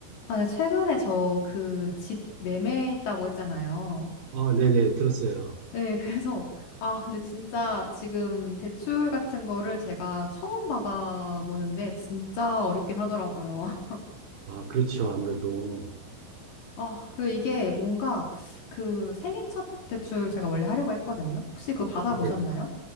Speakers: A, on the left; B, on the right.
A: 아, 네, 최근에 저 그 집 매매했다고 했잖아요.
B: 아, 네네, 들었어요.
A: 네, <laughs> 그래서, 아, 근데 진짜 지금 대출 같은 거를 제가 처음 받아보는데 진짜 어렵긴 하더라고요. <laughs>
B: 아, 그렇죠. 아무래도.
A: 아, 그 이게 뭔가 그 생애 첫 대출 제가 원래 하려고 했거든요. 혹시 그거 받아보셨나요?
B: 이게,